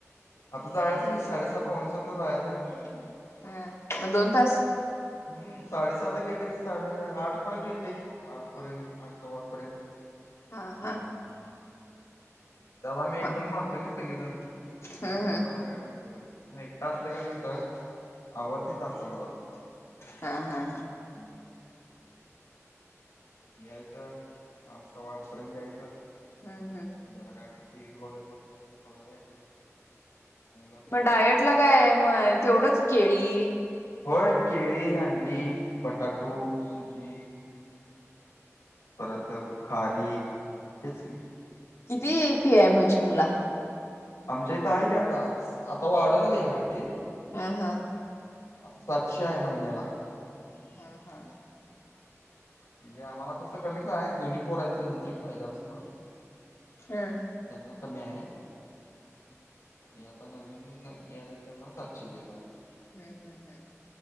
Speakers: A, on the left; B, on the left.
A: आता जायचं की, साडे-सहा, पावणेसातला जायाच.
B: हा, म दोन तास?
A: हम्म, साडे-सहाला गेले की, साडे, आठ पर्यंत येतेय आठपर्यंत, आठ -सव्वाआठ पर्यंत.
B: हा हा.
A: तवा आम्ही एकदम
B: मग
A: मारतोय ना सगळेजण त्यामुळ
B: हम्म हम्म
A: जरा वेळ होतोय एकटा असला कणी कसं आवरतय तासाभरात.
B: हा हा
A: <inaudible> यायचं आठ सव्वा आठपर्यंत यायचं-
B: हम्म हम्
A: जरा काय तर टी व्ही बघत बसायच थोडा वेळ. चांगलं जेवाय
B: मग डायट ला काय मग तेवढंच केळी.
A: होय केळी अंडी बटाटू सुजी. परत खारीख हेच की
B: किती फि आहे म जिमला-
A: आमच्या इथं आहे की आता आता वाढवलय ह्यावेळी-
B: हा हा
A: आता सातशे आहे महिन्याला.
B: हा हा
A: म्हणजे आम्हाला तसं कमीच आहे जुनी पोर आहेत कनि ती पहिल्यापासन-
B: ह
A: त्यांना कमी आहे हे आता नवीन हे याल्यात त्यांना सातशे दिला
B: हम्म हम् हम्